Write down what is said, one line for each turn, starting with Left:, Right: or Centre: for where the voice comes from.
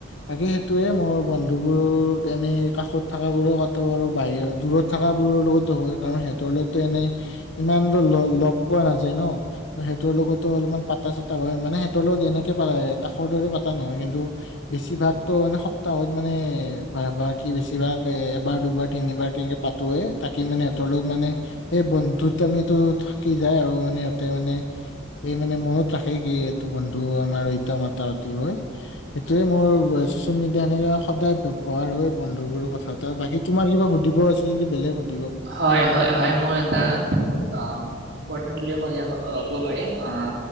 Left: বাকী সেইটোয়ে মোৰ বন্ধুবোৰ এনেই কাষত থাকা বোৰো কাটো আৰু বাহিৰৰ দূৰত থাকা বোৰৰ লগতো হয়, কাৰণ সেহ তৰ লৈতো এনেই ইমানটো ল-ল-লগ পোৱা নাযায় ন। ত' সেইটোৰ লগতো পাতা চাতা হয়, মানে সিহঁতৰ লগত এনেকে পা, কাষৰ দৰে পাতা নহয় কিন্তু বেছিভাগতো মানে সপ্তাহত মানে <unintelligible> কি বেছিভাগ এ-এবাৰ, দুবাৰ, তিনিবাৰ কেনেকে পাতোয়ে তাকি মানে সিহঁতৰ লগত মানে সেই বন্ধুত্বামিটো থাকি যায় আৰু মানে সিহঁতে মানে এই মানে মনত ট্ৰাখে কি এইটো বন্ধু আমাৰ ইতা মাতা মাতি হয়, সেইটোয়ে মোৰ চচিয়েল মিডিয়া এনেকে সদায় ব্যৱহাৰ হয় বন্ধু বোৰৰ কথা এটা, বাকী তোমাৰ কিবা সুধিব আছে যদি বেলেগ সুধ
Right: হয়, হয়, হয়, মোৰ এটা বহুত অ', ইম্পৰ্টেণ্ট বুলি ক'লে হ, কব পাৰি অ',